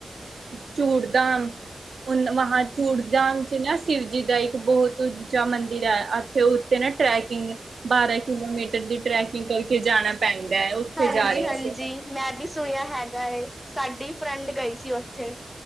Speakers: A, on the right; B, in the centre.
A: ਚੂੜਧਾਮ। ਮਹਾਂਚੂੜਧਾਮ ਚ ਨਾ ਸ਼ਿਵ ਜੀ ਦਾ ਇੱਕ ਬਹੁਤ ਉੱਚਾ ਮੰਦਿਰ ਹੈ। ਇੱਥੇ ਨਾ ਟਰੈਕਿੰਗ ਬਾਰਾਂ ਕਿਲੋਮੀਟਰ ਦੀ ਟਰੈਕਿੰਗ ਕਰਕੇ ਜਾਣਾ ਪੈਂਦਾ ਹੈ।
B: ਹਾਂਜੀ-ਹਾਂਜੀ।
A: ਜਾ ਰਹੇ ਸੀ।
B: ਮੈਂ ਵੀ ਸੁਣਿਆ ਹੈਗਾ ਏ। ਸਾਡੀ ਫਰੈਂਡ ਗਈ ਸੀ ਉੱਥੇ।